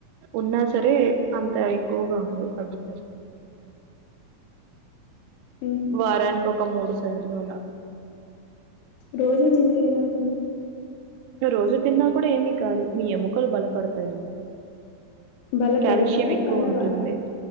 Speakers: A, on the right; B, on the left.
A: ఉన్నా సరే అంత ఎక్కువగా ఉండవు తగ్గుతాయి.
B: ఉహు
A: వారానికి ఒక మూడు సార్లు అలాగ.
B: రోజు తింటె ఏమవుతుంది?
A: రోజు తిన్నా కూడా ఏమీ కాదు. మీ ఎముకలు బలపడతాయి అంతె.
B: బలపడతాయా
A: కాల్షియం ఎక్కువ
B: పడవా
A: ఉంటుంది.